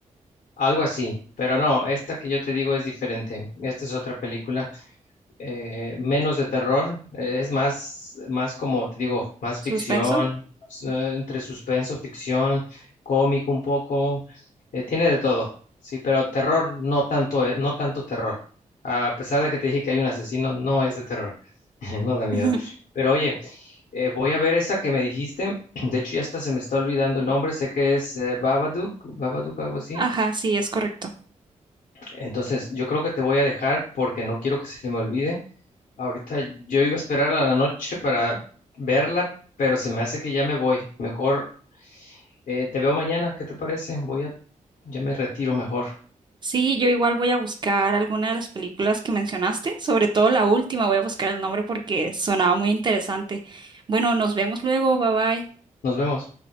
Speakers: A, on the left (about 80°); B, on the right (about 35°).
A: Algo así. Pero no, esta que yo te digo es diferente. Esta es otra película. eh, menos de terror, eh, es más, más como te digo, más
B: Suspenso.
A: ficción, s- eh, entre suspenso, ficción, cómico un poco, eh, tiene de todo, sí, pero terror no tanto, eh, no tanto terror. A pesar de que te dije que hay un asesino, no es de terror, <laughs> no da miedo.
B: Ujú.
A: Pero oye, eh, voy a ver esa que me dijiste, <clears throat> de hecho ya hasta se me está olvidando el nombre, sé que es eh, Babadook, Babadook, algo así.
B: Ajá, sí, es correcto.
A: Entonces, yo creo que te voy a dejar porque no quiero que se me olvide. Ahorita yo iba a esperar a la noche para verla, pero se me hace que ya me voy. Mejor eh, te veo mañana, ¿qué te parece? Voy a, ya me retiro mejor.
B: Sí, yo igual voy a buscar alguna de las películas que mencionaste, sobre todo la última, voy a buscar el nombre porque sonaba muy interesante. Bueno, nos vemos luego, bye bye.
A: Nos vemos.